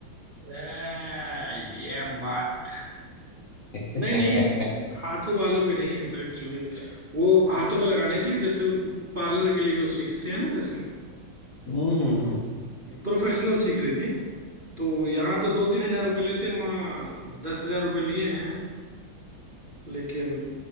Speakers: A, on the right; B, on the left.
A: ए, ये बात
B: <laughs>
A: नहीं नहीं हाथों बालों पे नहीं है ऐसा एक्चुअली वो हाथों पे लगाने के लिए जैसे पार्लर के लिए जो सीखते हैं ना जैसे
B: हम्म हम्म हम्म।
A: प्रोफेशनल सीख रही थी तो यहाँ तो दो तीन हजार रुपये लेते हैं वहाँ दस हजार रुपये लिए हैं लेकिन